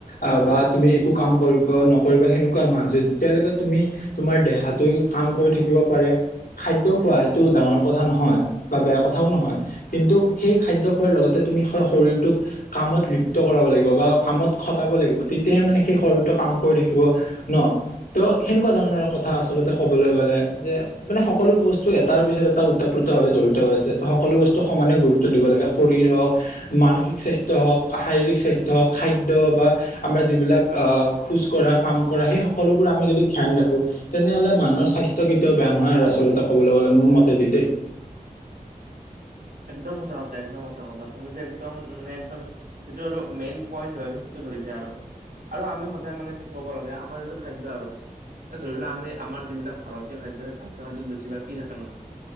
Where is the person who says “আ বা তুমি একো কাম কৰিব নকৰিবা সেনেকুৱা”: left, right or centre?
Left